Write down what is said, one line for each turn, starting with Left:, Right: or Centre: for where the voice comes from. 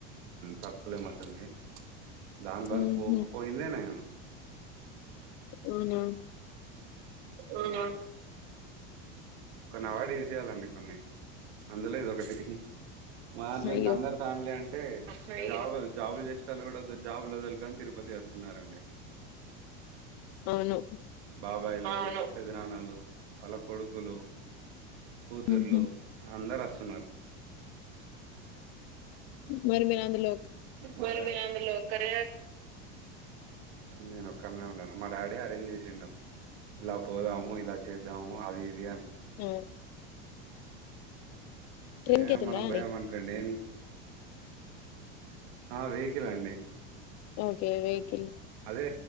Right: తత్కాల మసాలకి దాని బల్
Left: ఉహు
Right: పోకపోయిందేనేే
Left: అవునా
Right: ఆహ అ కొన్ని అవాార్డ చేయాలండి కొన్ని అందులో ఇద ఒకకటి మాార
Left: అయ్యో
Right: కందర్ ఫామలీడి అంటే జాబులు జాబులు చేస్తలు కూడా జాబులు వదలుకని తిరుపతి వస్తున్నారండి
Left: అవును
Right: బాబాయిలు పెదనానాలు వాళ్ళ కొడుకులు కూతుర్లో
Left: ఉహు
Right: అందరు వస్తున్నారు
Left: మరి మీ అందు లో
Right: మరి వినంద లోకర నేను ఒక్కరినే ఉంను మా డాడీ అరేంజ్ చేసింండ ఇలా పోదమో ఇలా చేద్దామో అది ఇద
Left: అ ట్రైన్
Right: ఏ
Left: కెళ్తుందా
Right: మనం
Left: అండి
Right: భయం అనుకోండి వెహికల్ అండి
Left: ఓకే వెహికల్
Right: అదే